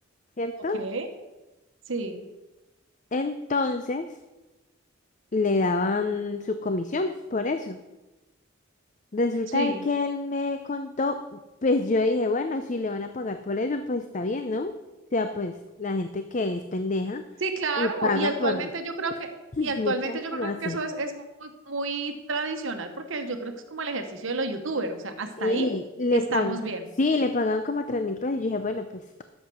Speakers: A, on the left; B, on the right.
A: ¿cierto?
B: Ok, sí,
A: Entonces le daban su comisión por eso. Resulta
B: sí.
A: de que él me contó, pues yo dije, bueno, si le van a pagar por eso, pues está bien, ¿no? O sea, pues la gente que es pendeja
B: Sí, claro,
A: y paga
B: y actualmente
A: por... <clears throat>
B: yo creo que, y actualmente
A: Mucha gente
B: yo creo
A: lo hace.
B: que eso es, es muy, muy tradicional, porque yo creo que es como el ejercicio de los youtubers, o sea, hasta
A: Sí,
B: ahí
A: le
B: estamos
A: pagan,
B: bien.
A: sí, le pagaban como tres mil pesos. Y yo dije, bueno, pues,